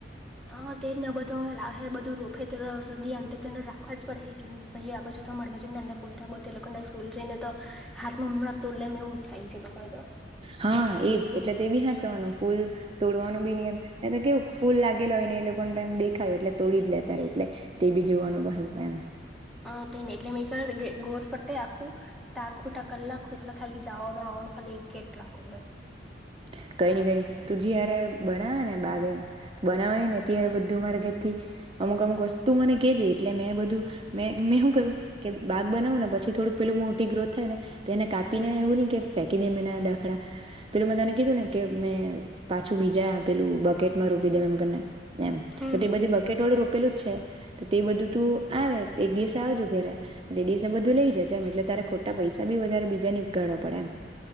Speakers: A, in the centre; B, on the right.
A: હ તે જ બધો લાવહે બધું રોફે તો ધ્યાન તેને રાખવા જ પડહે કે ની પહી આ બાજુ તમારા બાજુ નાનલા પોયરા બધા લોકોને ફૂલ જોઈને તો હાથમાં હમ તોડ લેમ એવું થાય લોકોને તો
B: હા એજ એટલે તે બી હાચવાનું ફૂલ તોડવાનું બી ની એમ તો કેવુ ફૂલ લાગેલા એ લોકોને દેખાયું એટલે તોડી જ લેતા રેય એટલે તે બી જોવાનું પાહુ એમ
A: હા એટલે ગોર ફટે આખું ટારખુટા કર લાખું એટલે ખાલી જાવાનું આવવાનું ખાલી ગેટ રાખો બસ
B: <inaudible> કઈ ની કઈ ની તું જયારે બનાવે ને બાગ એમ બનાવની ને ત્યારે બધું મારા ઘેરથી અમુક અમુક વસ્તુ મને કેજે એટલે મેં બધું મે મેં શું કરું કે બાગ બનાવું ને પછ થોડું પેલું મોટી ગ્રોથ થાય ને તો એને કાપીને એવું નહી કે ફેંકી દેમ એના ડાખડા પેલું મે તને કીધું ને કે મેં પાછું બીજા પેલું બકેટમાં રોપી દેમ એમને કરીને એમ
A: હમ
B: તો
A: હમ
B: તે બધી બકેટ વાળું રો પેલું છે તો તે બધું તું આવે એક દિવસે આવજો ઘરે તે દિવસે બધું લઈ જજો એટલે તા રે ખોટા પૈસા બી વધારે બીજાની કાઢવા પડે એમ